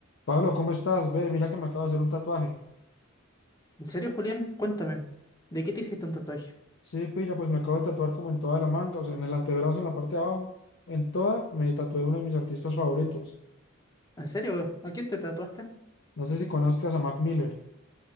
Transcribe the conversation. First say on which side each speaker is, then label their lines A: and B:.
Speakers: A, on the left; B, on the left.
A: Pablo, ¿cómo estás? Ve, mira que me acabo de hacer un tatuaje.
B: ¿En serio, Julián? Cuéntame, ¿de qué te hiciste un tatuaje?
A: Sí, pilla, pues me acabo de tatuar como en toda la manga, o sea, en el antebrazo, en la parte de abajo. En toda me tatué uno de mis artistas favoritos.
B: ¿En serio? ¿A quién te tatuaste?
A: No sé si conozcas a Mac Miller.